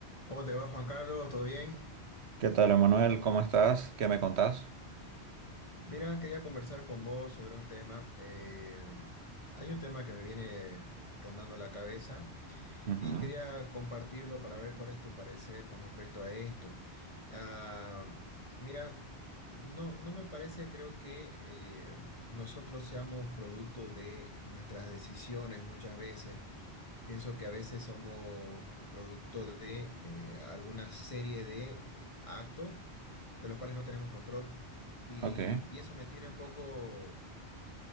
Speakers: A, on the left; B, on the right.
A: ¿Cómo te va, Juan Carlos? ¿Todo bien?
B: ¿Qué tal, Emanuel? ¿Cómo estás? ¿Qué me contás?
A: Mira, quería conversar con vos sobre un tema. eh, hay un tema que me viene rondando la cabeza
B: Ujú,
A: y quería compartirlo para ver cuál es tu parecer con respecto a esto. Ah, mira, no, no me parece, creo que eh, nosotros seamos producto de nuestras decisiones muchas veces. Pienso que a veces somos producto de eh, alguna serie de eh, actos de los cuales no tenemos control y,
B: Ok.
A: y eso me tiene un poco